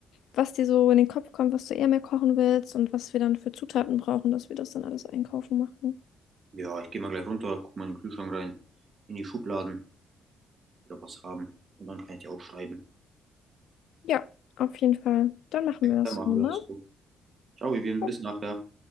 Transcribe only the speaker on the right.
Ja, ich gehe mal gleich runter, guck mal in den Kühlschrank rein, in die Schubladen, wieder was haben. Und dann kann ich dir auch schreiben.
Dann machen
wir
das so. Ciao, Vivian,
bis nachher.